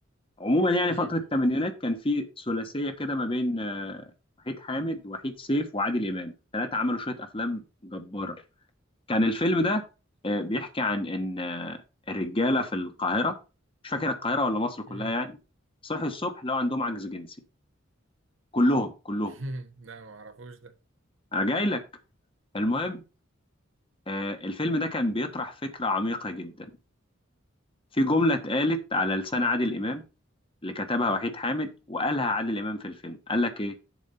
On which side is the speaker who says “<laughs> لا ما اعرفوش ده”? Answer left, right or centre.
Right